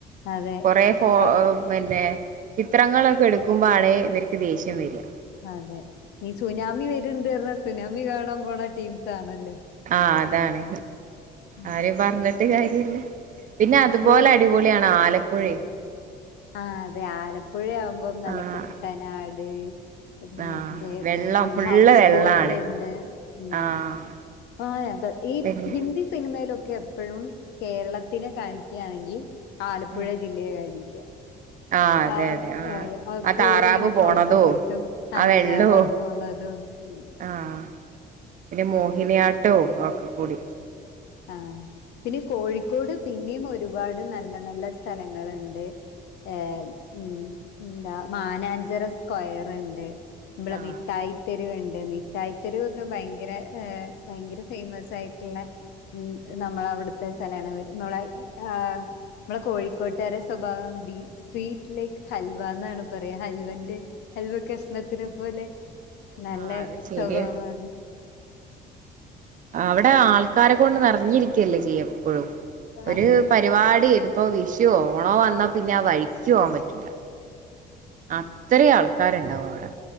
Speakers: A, on the left; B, on the right.
A: അതെ
B: കൊറ ഫോ
A: ആഹ്
B: പിന്നെ ചിത്രങ്ങളൊക്കെ എടുക്കുമ്പോ ആളെ ഇവർക്ക് ദേഷ്യം വരിക
A: അതെ നീ സുനാമി വരണ്ട് പറഞ്ഞാ സുനാമി കാണാൻ പോണ ടീംസ് ആണല്ലോ
B: ആഹ അതാണ്
A: ഉം
B: ആരും പറഞ്ഞിട്ട് കാര്യ ഇല്ല പിന്നെ
A: ഉം
B: അതുപോലെ
A: കോഴിക്ക്
B: അടിപൊളിയണോ ആലപ്പുഴ
A: ആഹ അതെ ആലപ്പുഴ ആവുമ്പോം നല്ല
B: ആഹ്
A: കുട്ടനാട് പിന്നന്റെ
B: ആഹ് വെള്ളം
A: ഉം
B: ഫുള്ള്
A: ഹൗസ്
B: വെള്ളാണ്
A: ബോട്ട് ഇണ്ട് ഉം
B: ആഹ്
A: ആഹന്ത ഈ
B: പിന്നെ
A: ഹിന്ദി സിനിമയിലൊക്കെ എപ്പോഴും കേരളത്തിനെ കാണിക്കുകയാണെങ്കിൽ ആ ആലപ്പുഴ
B: ഉം
A: ജില്ലയെ കഴണിക്ക
B: ആഹ് അതെ
A: ആ
B: അതെ ആഹ്
A: അയ് ഇപ്പൊ
B: ആ താറാവ്
A: ഒരിങ്ങനെ
B: പോണതോ
A: ഹൗസ് ബോട്ടും അതെ
B: ആ വെള്ളോ
A: താറാവ് പോണതും ഉം
B: ആഹ് പിന്നെ മോഹിനിയാട്ടോ ഒക്കെ കൂടി
A: ആ പിന്നെ കോഴിക്കോട് പിന്നെയും ഒരുപാട് നല്ല നല്ല സ്ഥലങ്ങള്ണ്ട് എ ഉം ഉ എന്താ മാനാഞ്ചറ സ്ക്വയറിണ്ട് നമ്മളെ
B: ആഹ്
A: മിഠായി തെരുവുണ്ട് മിഠായിത്തെരുവോക്കെ ഭയങ്കര ഏ ഭയങ്കര ഫേമസായിട്ടുള്ള ഉ നമ്മളവിടുത്തെ സലാണ് ഒരു നമ്മളെ ആ നമ്മളെ കോഴിക്കോട്ട്കാരെ സ്വഭാവം ബീ സ്വീറ്റ് ലൈക്ക് ഹൽവ എന്നാണ് പറയാ ഹൽവന്റെ ഹൽവ കഷ്ണത്തിനെ പോലെ നല്ല
B: ആഹ് അത് ശരിയാ
A: സ്വഭാവാണ്
B: അവിടെ ആൾക്കാരെ കൊണ്ട് നിറഞ്ഞിരിക്കല്ലേ ചെയ്യപ്പോഴും ഒരു
A: അതെ
B: പരിവാടി പ്പൊ വിഷൊ ഓണോ വന്നാ പിന്നെ ആ വഴിക്കോവാൻ പറ്റൂല അത്രയാൾക്കാര്ണ്ടാവും അവിടെ